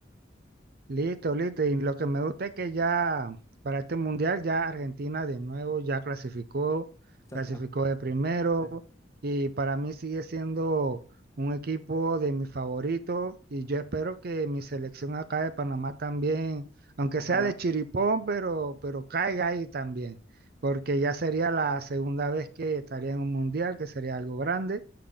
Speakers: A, on the right (about 50°); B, on the left (about 15°).
A: Listo, listo. Y lo que me gusta es que ya para este mundial ya Argentina de nuevo ya clasificó,
B: Ya
A: clasificó
B: está.
A: de primero
B: Sí.
A: y para mí sigue siendo un equipo de mis favoritos y yo espero que mi selección acá de Panamá también, aunque
B: Ojalá.
A: sea de chiripón, pero, pero caiga ahí también, porque ya sería la segunda vez que estaría en un mundial, que sería algo grande.